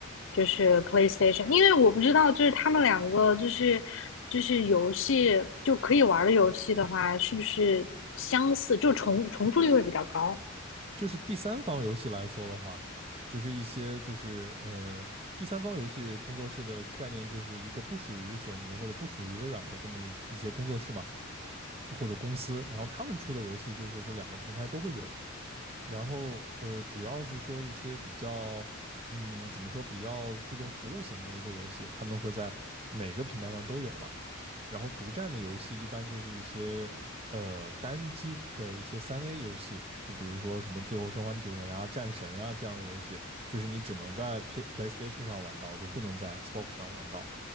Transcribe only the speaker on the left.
就是 PlayStation，因为我不知道，就是他们两个就是就是游戏就可以玩的游戏的话，是不是相似，就重重复率会比较高？